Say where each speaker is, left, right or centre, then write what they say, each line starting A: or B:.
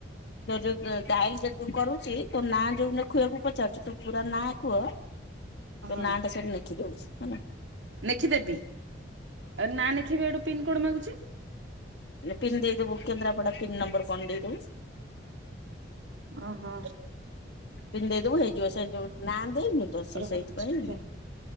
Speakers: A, on the left; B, on the right.
A: ତୋ ଯୋଉ ଡାଇଲ ଯଦି କରୁଛି ତୋ ନାଁ ଯୋଉନ ଖୁଆକୁ ପଚାରୁଛୁ ତୁ ପୁରା ନା କୁହ ତୋ
B: ହଁ
A: ନାଁ ଟା ସବୁ ଲେଖି ଦଉଛୁ
B: ଲେଖିଦେବି ଆଉ ନା ଲେଖିବି ଗୋଟେ ପିନ କୋଡ ମାଗୁଛି।
A: ପିନ୍ ଦେଇଦେବୁ କେନ୍ଦ୍ରାପଡ଼ ପିନ୍ ନମ୍ବର୍ କଣ ଦେଇଦେବୁ।
B: ଓ ହୋ।
A: ପିନ୍ ଦେଇଦବୁ ହେଇଯିବ ସେ ଯୋଉ ନା ଦେଇନୁ ତ ସେ
B: ରହ
A: ସେଇଥିପାଇଁ।
B: ରହ